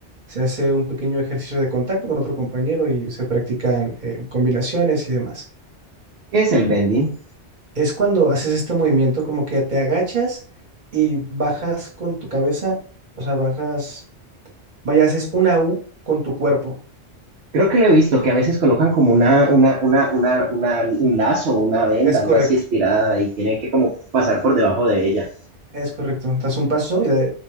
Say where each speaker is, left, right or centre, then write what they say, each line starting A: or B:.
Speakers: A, on the right; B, on the right.
A: se hace un pequeño ejercicio de contacto con otro compañero y se practican eh, combinaciones y demás.
B: ¿Qué es el bending?
A: Es cuando haces este movimiento como que te agachas y bajas con tu cabeza, o sea, bajas, vaya, haces una U con tu cuerpo.
B: Creo que lo he visto, que a veces colocan como una, una, una, una, una- un lazo, una venda,
A: Es
B: algo
A: correcto.
B: así estirada y tienen que como pasar por debajo de ella.
A: Es correcto. Das un paso y da-